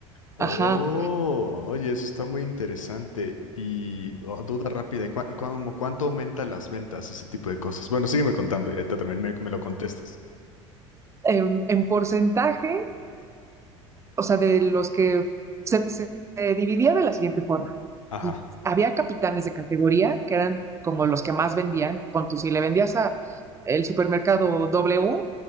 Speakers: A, on the left (about 85°); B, on the right (about 15°).
A: Oh,
B: Ajá.
A: oye, eso está muy interesante. Y oh, duda rápida, ¿cuá- cuán- cuánto aumenta las ventas, ese tipo de cosas? Bueno, sígueme contando y ahorita también me, me lo contestas.
B: En, en porcentaje o sea, de los que se, se dividía de la siguiente forma.
A: Ajá,
B: Había capitanes de categoría que eran como los que más vendían. Ponto, si le vendías a el supermercado W,